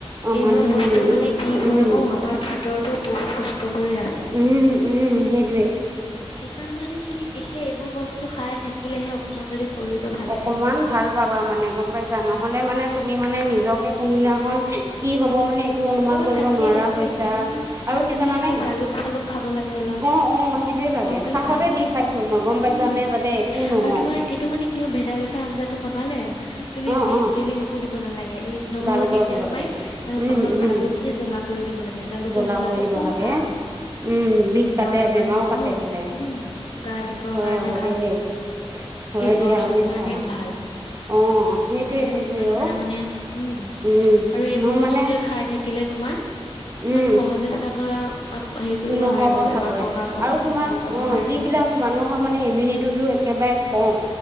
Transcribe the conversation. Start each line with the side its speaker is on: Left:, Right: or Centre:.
Right: অ মানিমুনি
Left: এইবোৰ বস্তুৱে মানে কি
Right: উম
Left: হয় অহ আমাৰ ভিতৰতো বহুত সুস্থ কৰি ৰাখে।
Right: উম -উম সেইটো
Left: সেইকাৰণ মানে তুমি একে এইবোৰ বস্তু খাই থাকিলেহে অকমান যদি শৰীৰটো ভালে
Right: অকমান
Left: থাকে।
Right: ভাল পাবা মানে গম পাইছা নহ'লে মানে তুমি মানে নিজকে কোনদিনাখন কি হ'ব মানে একো অনুমান
Left: অহ,
Right: কৰিব
Left: তাকেই-
Right: নোৱাৰা
Left: তাকেই
Right: হৈছা
Left: উহহো আৰু
Right: কি
Left: তুমি
Right: জানানে
Left: এনেকে জালুক- চালুক খাব লাগে অলপ।
Right: অ অ সেইটোয়ে লাগে
Left: গম পাইছা
Right: চাহতে দি খাইছো
Left: উম
Right: মই গম পাইছানে
Left: -উম
Right: যাতে একো নহওক
Left: আৰু তোমাৰ এইটো মানে কিহয় ভেদাইলতা আঞ্জাটো বনালে তুমি
Right: অ
Left: বেগ-
Right: অ
Left: বেলেগ একো দিব নালাগে এই নহৰু
Right: জালুক
Left: দি
Right: অলপ
Left: তেল
Right: দিব লাগে।
Left: মাৰি
Right: উম,
Left: অলপ
Right: উম,
Left: জালুক হে জ্বলা কৰি দিব লাগে জালুকৰ
Right: জ্বলা
Left: জ্বলাটো
Right: কৰি দিব
Left: খুব
Right: লাগে।
Left: ভাল
Right: উম, বিষ কাটে
Left: গাৰ
Right: বেমাৰো
Left: মানে
Right: কাটে
Left: অহ
Right: বোলে।
Left: উম গাৰ বিষৰ
Right: হয়
Left: কাৰণে
Right: আকৌ
Left: ভাল
Right: দেই। হয়
Left: এই জ্বৰ
Right: দিয়া
Left: - চৰ
Right: বুজিছা।
Left: কাৰণেও ভাল।
Right: অ', সেইটোৱে
Left: সেইকাৰণে
Right: সেইটোৱে
Left: যিমান পাৰা
Right: অ'।
Left: মানে উম
Right: উম,
Left: আৰু এইবোৰ
Right: মই
Left: বস্তুয়ে
Right: মানে
Left: খাই থাকি থাকিলে তোমাৰ
Right: উম,
Left: ইমান সহজে ছাগে হেৰি কৰিব
Right: নহ'ব
Left: নোৱাৰিব বেমাৰ
Right: চাগৈ।
Left: বগাব
Right: আৰু
Left: উম
Right: তোমাৰ
Left: বগাব
Right: অ',
Left: নোৱাৰিব।
Right: যিবিলাক মানুহৰ মানে ইমিউনিটিটো একেবাৰে কম